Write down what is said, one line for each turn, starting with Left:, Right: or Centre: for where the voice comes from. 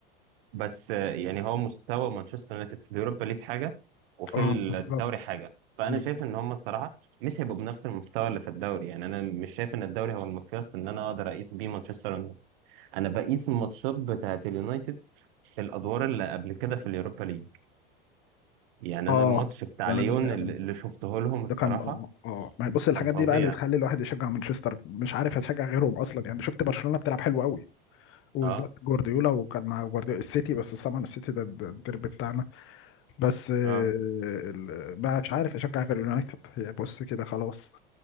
Right: بس آه، يعني هو مستوى مانشستر يونايتد في اليوروبا ليج حاجه وفي
Left: اه
Right: الدوري
Left: بالظبط
Right: حاجه فانا
Left: بالظبط
Right: شايف ان هم الصراحه مش هيبقوا بنفس المستوى اللي في الدوري يعني انا مش شايف ان الدوري هو المقياس ان انا اقدر اقيس بيه مانشستر يونايتد انا بقيس الماتشات بتاعه اليونايتد في الادوار اللي قبل كده في اليوروبا ليج يعني
Left: اه
Right: انا الماتش بتاع
Left: ده
Right: ليون
Left: انا دي فعلا
Right: اللي اللي شفته لهم الصراحه
Left: ده كان اه اه ما هي بص الحاجات
Right: كان فظيع
Left: دي بقى اللي بتخلي الواحد يشجع مانشستر مش عارف يشجع غيرهم اصلا يعني شفت برشلونة بتلعب حلو قوي وبالذات
Right: اه
Left: جوارديولا وكان مع جوارديولا السيتي بس طبعا السيتي ده الد- الديربي بتاعنا بس آه،
Right: اه
Left: ال- بقى مش عارف اشجع غير اليونايتد هي بص كده خلاص